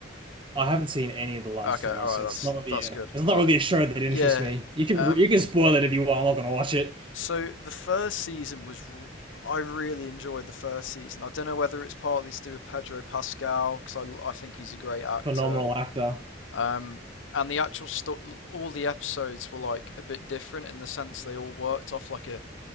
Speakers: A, on the right (about 25°); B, on the left (about 85°).
A: I haven't seen any of The Last
B: Okay,
A: of
B: all
A: Us.
B: right,
A: It's
B: that's
A: not really
B: that's good.
A: a, it's not
B: All
A: really
B: right,
A: a show that interests
B: yeah.
A: me. You can
B: Um,
A: you can spoil it if you want. I'm not gonna watch it.
B: so the first season was r- I really enjoyed the first season. I don't know whether it's partly to do with Pedro Pascal because I I think he's a great actor
A: Phenomenal actor.
B: Um, and the actual sto- all the episodes were like a bit different in the sense they all worked off like a,